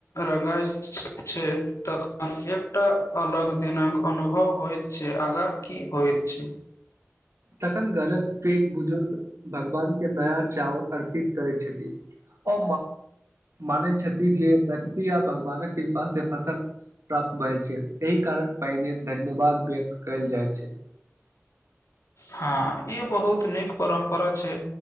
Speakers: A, on the left (about 80°); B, on the right (about 75°).
A: रंगइत छै तखन एकटा अलग दिनक अनु उभव होइत छै आगा की होइत छै
B: तखन घरक पैग बुजुर्ग भगवान के नया चाउर अर्पि त करै छथि ओ मान छथि जे प्रकृति भगवानक कृपा से फसल प्राप्त भेल छै एहि कारण पहिने धन्यवाद व्यक्त कयल जाय छै
A: हँ ई बहुत नीक परम्परा छै